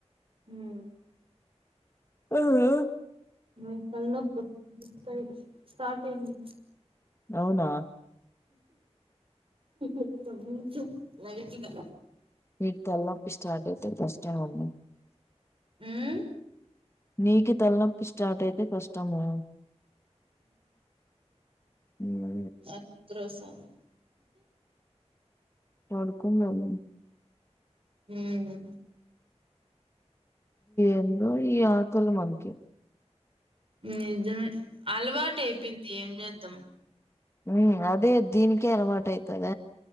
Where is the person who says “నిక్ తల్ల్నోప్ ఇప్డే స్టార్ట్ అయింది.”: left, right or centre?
Right